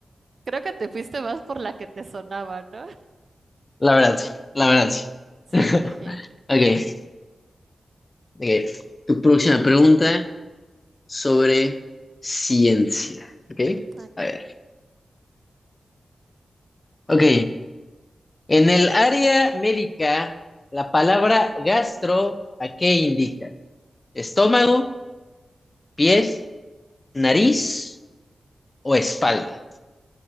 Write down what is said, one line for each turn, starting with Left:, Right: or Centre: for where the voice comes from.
Right: creo que te fuiste más por la que te sonaba, ¿no?
Left: La verdad, sí, la verdad. sí.
Right: Sí.
Left: <laughs>
Right: <laughs>
Left: Ok, ok. Tu próxima pregunta sobre ciencia. Ok,
Right: Ok.
Left: a ver. Ok, en el área médica, la palabra gastro, ¿a qué indica? ¿Estómago, pies, nariz o espalda?